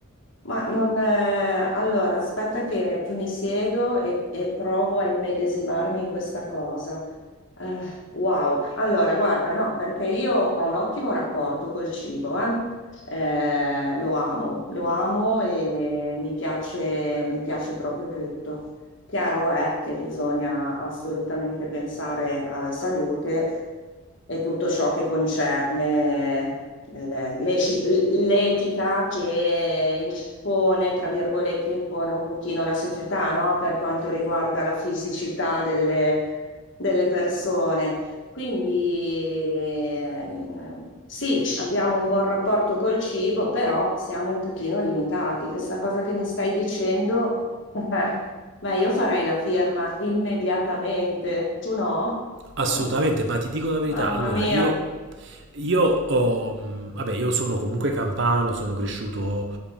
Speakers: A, on the left (about 60°); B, on the right (about 55°).
A: ma non... eh, Allora, aspetta che, che mi siedo e, e provo a immedesimarmi in questa cosa. Eh, wow. Allora, guarda, no, perché io ho un ottimo rapporto col cibo, eh. Eh, lo amo, lo amo e mi piace, mi piace proprio tutto. Chiaro è che bisogna assolutamente pensare alla salute e tutto ciò che concerne le- le- le- l'etica che impone, tra virgolette, impone un pochino la società, no? Per quanto riguarda la fisicità delle, delle persone. Quindi ehm, sì, abbiamo un buon rapporto col cibo, però siamo un pochino limitati. Questa cosa che mi stai dicendo... <laughs> Ma io farei la firma immediatamente, tu no?
B: Assolutamente,
A: <laughs>
B: ma ti dico la verità,
A: Mamma
B: allora
A: mia,
B: io, io ho, mh, vabbè, io sono comunque campano, sono cresciuto